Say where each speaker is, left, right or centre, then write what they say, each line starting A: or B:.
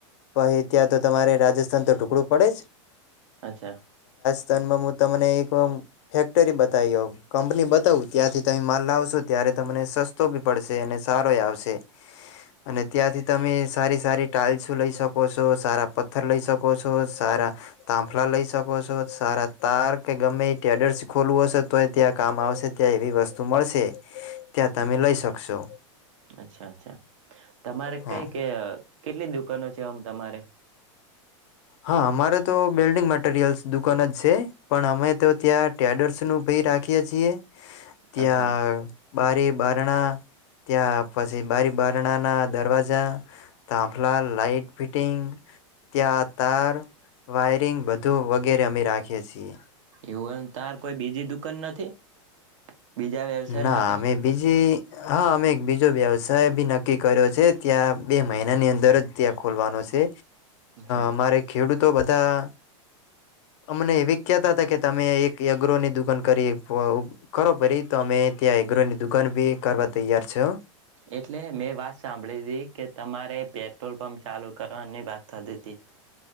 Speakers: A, on the left; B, on the right.
A: પછી ત્યાં તો તમારે રાજે ટુકડું પડે જ
B: અચ્છા
A: હું તમને એક કોમ ફેક્ટરી બતાઈઓ કંપની બદ બટાઉ ત્યાંથી તમે માલ લાવો ત્યારે તમને સસ્તો બી પડશે અને સારો આવશે અને ત્યાંથી તમે સારી સારી ટાાઈલ્સ લઈ શકો છો સારા પથ્થર લઈ શકો છો સારા તાંફલા લઈ શકો છો સારા તાર કે ગમે એ ટેડર્સ ખોલવું હશે તો ત્યાં કામ આવશે ત્યાં એવી વસ્તુ મળશે ત્યાં તમે લઈ શકશો
B: અચ્છા અચ્છા તમારે
A: હા
B: કઈ કે કેટલી દુકાનો છે આમ તમારે
A: હા અમારે તો બિલ્ડિંગ મટરિયલ્સ દુકાન જ છે પણ અમે તો ત્યાં ટેડર્સ નું બી રાખીએ છીએ
B: અચ્છા
A: ત્યા બારી બારણા ત્યાં પછી બારી બારણા ના દરવાજા તાફલા લાઈટ ફિટિંગ ત્યાં વાયરંગ બધું વગેરે અમે રાખીએ છીએ
B: એવુંમ તાર કોઈ બીજી દુકાન નથી બીજા વ્યવસાય
A: ના
B: માટે
A: અમે બીજી હા અમે એક બીજો વ્યવસાય બી નક્કી કર્યો છે ત્યાં બે મહિનાની અંદર જ ત્યાં ખોલવાનો છે
B: અચ્છા
A: અમારે ખેડૂતો બધા અમને એવી કહેતા હતા કે તમે એક એગ્રોની દુકાન કરી કરો ફરી તો અમે ત્યાં એગ્રોની દુકાન ભી કરવા તૈયાર છો
B: એટલે મેં વાત સાંભળી હતીી કે તમારે પેટ્રોલ પંપ ચાલુ કરવાની વાત થતી હતી